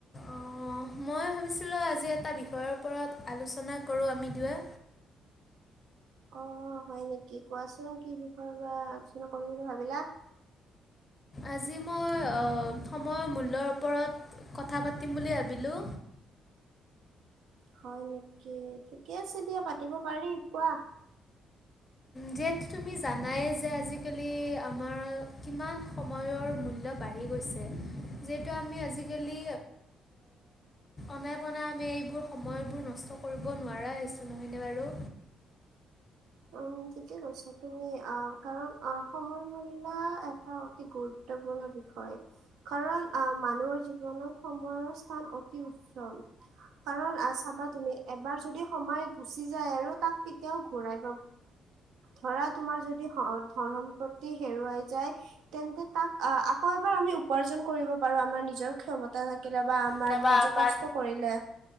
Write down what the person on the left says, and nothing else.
অঁ মই ভাবিছিলো আজি এটা বিষয়ৰ ওপৰত আলোচনা কৰো আমি দুয়ো এ।
আজি মই সময়ৰ মূল্যৰ ওপৰত কথা পাতিম বুলি ভাবিলোঁ
যিহেতু তুমি জানাই যে আজিকালি আমাৰ কিমান সময়ৰ মূল্য বান আহ়ি গৈছে যিহেতু আমি আজিকালি অনাই বনাই আমি এইবোৰ সময়বোৰ নষ্ট কৰিব নোৱাৰাহৈছো নহয়নে বাৰু
কেতিয়াবা
আমাৰ